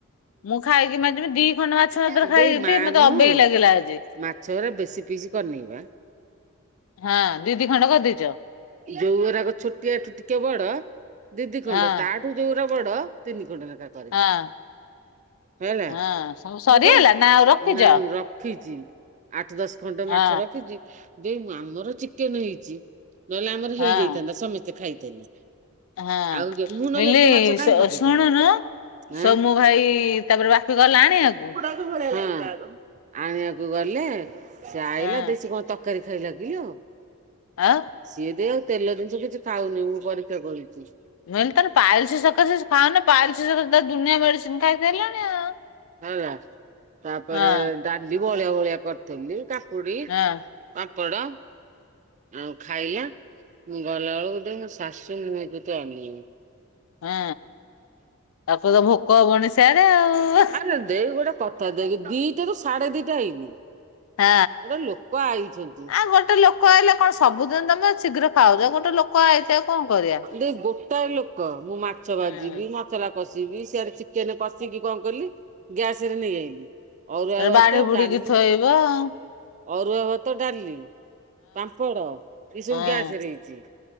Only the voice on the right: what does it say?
ହୁଁ
ଦେଇ ମାର
ନୁହଁ
ମାଛ ହେରା ବେଶୀ ପିସ୍ କରିନେଇବା।
ଯୋଉ ଗୁରାକ ଛୋଟିଆଠୁ ଟିକେ ବଡ ଦି ଦି
ଖଣ୍ଡ ତା ଠୁ ଯୋଉାରା ବଡ ତିନି ଖଣ୍ଡ ନେଖା।
ହେଲା।
ମୁଁ କହିଲି
ନାଇଁ ରଖିଚି ଆଠ ଦଶ ଖଣ୍ଡ
ମାଛ ରଖିଚି। ଦେଇ ମୁ ଆମର ଚିକେନ ହେଇଚି ନହେଲେ ଆମର
ହେଇଯାଇଥାନ୍ତା ସମସ୍ତେ ଖାଇଥିଲେ।
ଆଉ ଯେ- ମୁଁ ନହେଲେ
ଏତେ ମାଛ କାହିଁ
ପକେଇଥାନ୍ତି
ଆଁ।
ହ ଆଣିବାକୁ ଗଲେ ସେ ଆଇଲା
ଦେଶି କଣ ତ କାରି ଖାଇଲା ଗିିଲ।
ସିଏ ଦିଏ ତେଲ ଜିନିଷ କିଛି ଖାଉନି ମୁଁ ପରୀକ୍ଷା କରୁଛି।
ହେଲା ତାପରେ
ଡାଲି ବଭଳିଆ ବଭଳିଆ କରିଥିଲି। କାକୁଡି
ପାମ୍ପଡ ଆଉ ଖାଇଲା ମୁଁ ଗଲା ବେଳକୁ ତ ମୁଁ ଶାଶୁ ମୁଁହକୁ ତ ଅନେଇନି।
ଆରେ ଦେଇ ଗୋଟେ କଥା ଦେଖ୍ ଦିଟାରୁ ସାଢେ ଦିଟା ହେଇନି।
ଗୋଟେ ଲୋକ ଆଇଛନ୍ତି
ଦେଇ ଗୋଟାଏ ଲୋକ ମୁଁ ମାଛ ଭାଜିବି,
ମ ମସଲା କଷିବି ସିଆଡେ ଚିକେନ କଷିକି କଣ କଲି। ଗ୍ୟାସରେ ନେଇ ଆଇଲି। ଅରୁଆ
ଭାତ,
ଡାଲି
ଅରୁଆ ଭାତ, ଡାଲି ପାମ୍ପଡ, ଏସବୁ
ଗ୍ୟାସରେ ହେଇଛି।